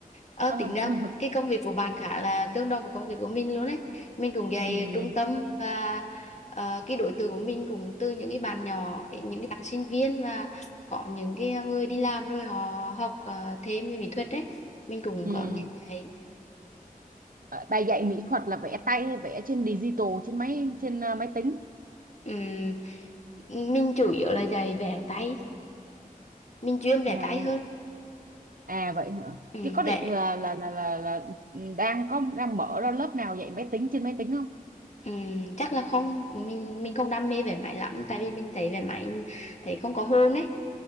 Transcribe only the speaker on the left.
Ờ,
tính ra
cái công việc của bạn khá là tương đồng với công việc của mình luôn đấy. Mình cũng dạy
trung tâm và ờ, cái đối tượng của mình cũng từ những cái bạn nhỏ đến những cái bạn sinh viên và có những cái người đi làm rồi họ học ờ, thêm về mỹ thuật đấy. Mình cũng
có những cái
ừm, mình chủ yếu là dạy vẽ tay, mình chuyên vẽ
tay hơn.
Ừ,
vẽ
Ừm, chắc là không mình mình không đam mê về máy lắm tại vì mình thấy về máy mình thấy không có hồn ấy